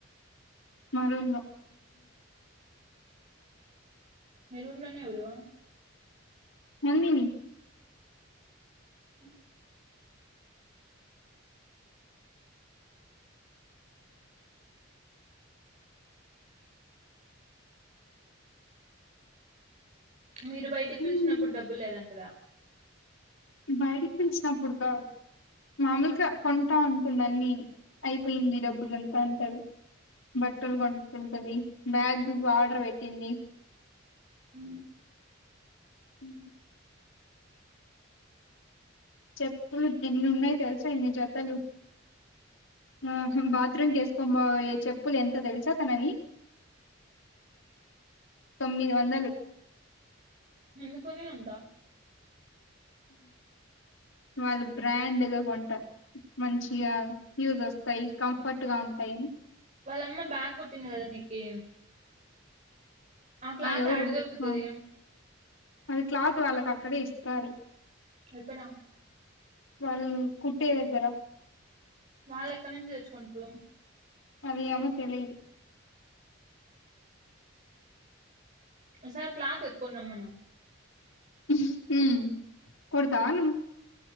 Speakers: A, on the left (about 80°); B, on the right (about 35°).
A: మా రూమ్ లో
B: మీ రూమ్ లోనే ఉరావా
A: నందిని
B: అ మీరు బయటికి
A: ఉమ్,
B: పిలిచినప్పుడు డబ్బులు లేదంటదా
A: బయటికి పిలిసినప్పుడు కాదు. మామూలుగా కొంటా ఉంటుంది అన్ని అయిపోయింది డబ్బులు అంట అంటది బట్టలు కొంటుంటది బ్యాగ్ ఆర్డర్ పెట్టింది.
B: అ
A: హూ చెప్పులు ఎన్ని ఉన్నాయి తెలుసా ఇన్ని జతలు ఆ బాత్రూమ్ కి ఏసుకొనిపోయే చెప్పులు ఎంత తెలుసా తనవి తొమ్మిది వందలు
B: ఎందుకున్నాయి అంతా
A: వాళ్ళు బ్రాండ్ గా కొంటారు మంచిగా యూజ్ వస్తాయి కంఫర్ట్ గా ఉంటయి అని
B: వాళ్ళ అమ్మా బా కుట్టింది కదా నీకి ఆ క్లాత్
A: ఎవరు
B: ఆడ దొరుకుతది
A: ఆ అది క్లాత్ వాళ్ళకి అక్కడే ఇస్తారు
B: ఎక్కడ
A: వాళ్ కుట్టే దగ్గర
B: వాళ్ళు ఎక్కడి నుంచి తెచ్చుకుంటరు
A: అవి ఏమో తెలిదు
B: ఓ సారి క్లాత్ ఎత్తుకొని రమ్మను
A: హు హ్మ్ కొడతావా నువ్